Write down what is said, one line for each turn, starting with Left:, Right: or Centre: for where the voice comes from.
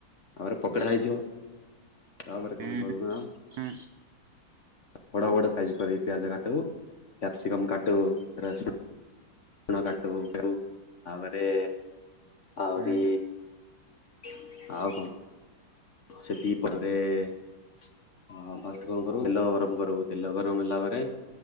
Left: ତାପରେ ପକୋଡ଼ା ହେଇଯିବ ତାପରେ
Right: ହୁଁ
Left: କଣ କରିବୁ ନା
Right: ହୁଁ
Left: ବଡ ବଡ ସାଇଜ୍ କରିକି ପିଆଜ କାଟିବୁ। କ୍ୟାପ୍ସିିକମ୍ କାଟିବୁ ରସୁଣ କାଟିବୁ। ତାପରେ ଆହୁରି
Right: ହୁଁ
Left: ଆଉ କଣ ଏତିକି ପରେ ଅଁ ଫାଷ୍ଟେ କଣ କରିବୁ ତେଲ ଗରମ କରିବୁ ତେଲ ଗରମ ହେଲା ପରେ